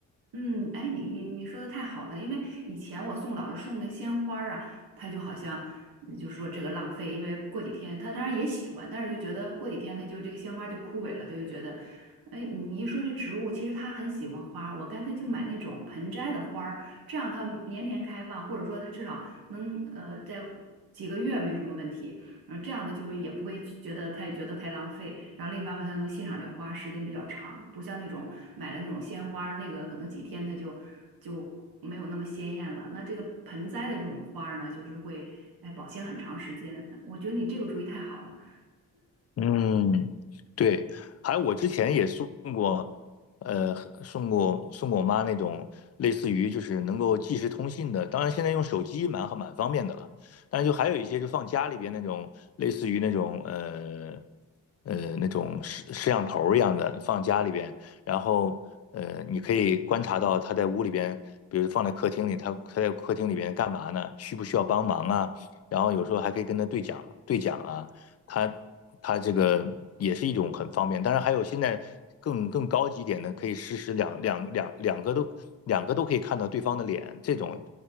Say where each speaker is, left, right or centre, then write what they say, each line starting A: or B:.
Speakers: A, on the right; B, on the left.
A: 嗯，哎，你你你说的太好了，因为以前我送老师送那鲜花儿啊，他就好像嗯就说这个浪费，因为过几天他当然也喜欢，但是就觉得过几天他就这个鲜花就枯萎了，他就觉得，哎，你你一说这植物，其实他很喜欢花儿我干脆就买那种盆栽的花儿，这样它年年开放，或者说它至少能呃在几个月没什么问题。然后这样的就是也不会觉得他也觉得太浪费，然后另一方面他又能欣赏这个花时间比较长，不像那种买了那种鲜花儿那个可能几天它就就没有那么鲜艳了。那这个盆栽的这种花儿呢，就是会哎保鲜很长时间，我觉得你这个主意太好了。
B: 嗯，对，还有我之前也送过，呃，送过送过我妈那种类似于就是能够即时通信的，当然现在用手机蛮好蛮方便的了，但是就还有一些就放家里边那种类似于那种呃呃那种摄摄像头儿一样的放家里边，然后呃你可以观察到他在屋里边，比如放在客厅里，他他在客厅里边干嘛呢？需不需要帮忙啊？然后有时候还可以跟他对讲对讲啊。它它这个也是一种很方便。当然还有现在更更高级一点的，可以实时两两两两个都两个都可以看到对方的脸，这种